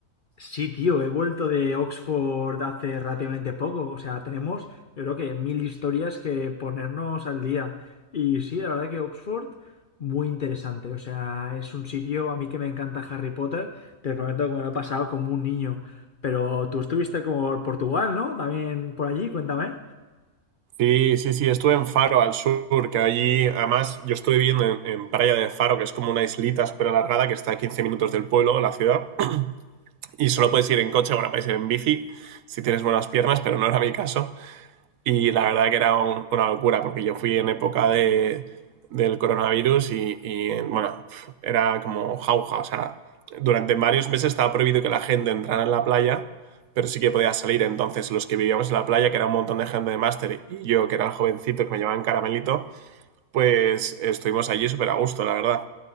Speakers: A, on the left; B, on the right.
A: Sí, tío, he vuelto de Oxford hace relativamente poco. O sea, tenemos, yo creo que mil historias que ponernos al día. Y sí, la verdad que Oxford, muy interesante. O sea, es un sitio, a mí que me encanta Harry Potter, te prometo que me lo he pasado como un niño. Pero tú estuviste como por Portugal, ¿no? También por allí, cuéntame.
B: Sí, sí, sí, estuve en Faro, al sur, que allí, además, yo estoy viviendo en, en Praia de Faro, que es como una islita súper alargada que está a 15 minutos del pueblo, de la ciudad, y solo puedes ir en coche, bueno, puedes ir en bici si tienes buenas piernas, pero no era mi caso. Y la verdad que era un- una locura, porque yo fui en época de, del coronavirus y, y, eh, bueno, pf, era como jauja. O sea, durante varios meses estaba prohibido que la gente entrara en la playa, pero sí que podía salir. Entonces, los que vivíamos en la playa, que era un montón de gente de máster, y yo, que era el jovencito que me llamaban Caramelito, pues estuvimos allí súper a gusto, la verdad.